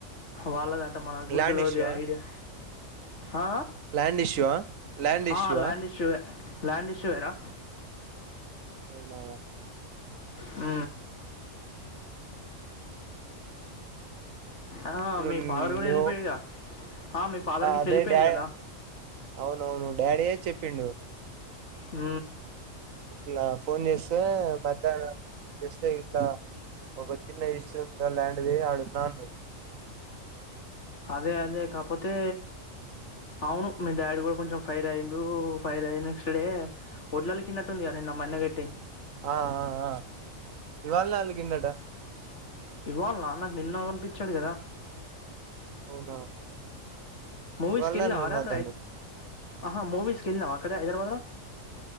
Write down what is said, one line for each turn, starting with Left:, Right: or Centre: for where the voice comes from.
Left: వాళ్ళదాంట మన గుర్తులేది
Right: ల్యాండ్ ఇష్యూ ఆ
Left: ఐడియా ఆ
Right: ల్యాండ్ ఇష్యూ ఆ ల్యాండ్ ఇష్యూ
Left: ఆ ల్యాండ్ ఇష్యూ ఏ ల్యాండ్ ఇష్యూ ఎరా
Right: అవునా
Left: ఉ ఆ
Right: ఇప్పుడు
Left: మీ ఫాదర్ కూడా
Right: నువ్వు
Left: వెళ్ళిపోయారుగా ఆ మీ ఫాదర్ గిట్లా
Right: అదే
Left: వెళ్ళిపోయారు
Right: డా
Left: కదా
Right: అవునవును డాడీయే చెప్పిండు
Left: ఉ
Right: ఇట్లా ఫోన్ చేస్తే మధ్యాహ్నం చేస్తే ఇట్లా ఒక చిన్న ఇష్యూగా ల్యాండ్ది ఆడుండండు
Left: అదే అదే కాపోతే అవును మీ డాడీ కూడా కొంచెం ఫైర్ అయిండు ఫైర్ అయి నెక్స్ట్ డే వడ్లలకిన్నట్టుందిగా నేను నా మన్న కట్టి
Right: ఆ ఆ ఆ ఇవాల్నే అలిగిన్డట
Left: ఇవాల్నా నాకు నిన్న కనిపించాడు కదా
Right: అవునా
Left: మూవీస్కిల్లినవరా
Right: ఇవాళనే అన్నాడు నాతోని
Left: అక్కడై ఆహా మూవీస్కిళ్ళినావా అక్కడ హైదరాబాద్ ల